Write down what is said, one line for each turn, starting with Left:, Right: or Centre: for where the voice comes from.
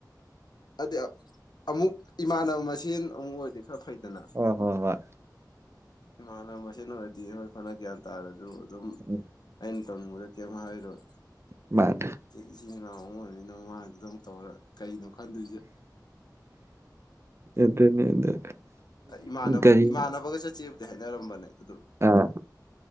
Left: ꯍꯥꯏꯗꯤ ꯑꯃꯨꯛ ꯏꯃꯥꯟꯅꯕ ꯃꯁꯦꯟ ꯑꯃꯨꯛ ꯑꯣꯏꯔꯗꯤ ꯈꯔ ꯐꯩ ꯑꯗꯨꯅ
Right: ꯍꯣꯏ ꯍꯣꯏ ꯍꯣꯏ
Left: ꯏꯃꯥꯟꯅꯕ ꯃꯁꯦꯟ ꯑꯣꯏꯔꯗꯤ ꯑꯩꯈꯣꯏ ꯐꯅ ꯒ꯭ꯌꯥꯟ ꯇꯥꯔꯁꯨ ꯑꯗꯨꯝ
Right: ꯎꯝ
Left: ꯑꯩꯅ ꯇꯧꯅꯤꯡꯕꯗ ꯀꯩꯝ ꯍꯥꯏꯔꯣꯏ
Right: ꯃꯥꯅꯦ
Left: ꯏꯆꯤꯜ ꯏꯅꯥꯎ ꯑꯃ ꯑꯣꯏꯔꯅꯤꯅ ꯃꯃꯥꯡꯗꯨ ꯇꯧꯔ ꯀꯩꯅꯣ ꯈꯟꯗꯣꯏꯁꯦ
Right: ꯌꯦꯇꯔ꯭ꯦꯅꯦ ꯑꯗꯨ
Left: ꯏꯃꯥꯟꯅꯕ
Right: ꯒꯥꯔꯤ
Left: ꯏꯃꯥꯟꯅꯕꯒ ꯆꯠꯆꯦꯕꯨꯗꯤ ꯍꯥꯏꯅꯔꯝꯕꯅꯦ ꯑꯗꯨ
Right: ꯑꯥ